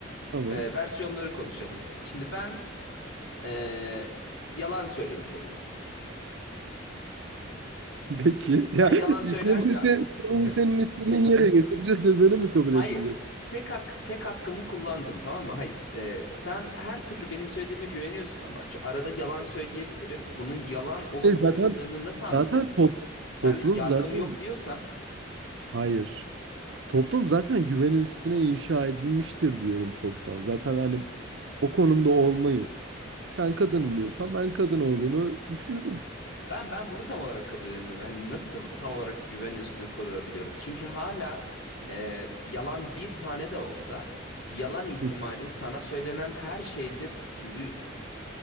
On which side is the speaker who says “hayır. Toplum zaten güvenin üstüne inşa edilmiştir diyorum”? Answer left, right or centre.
Right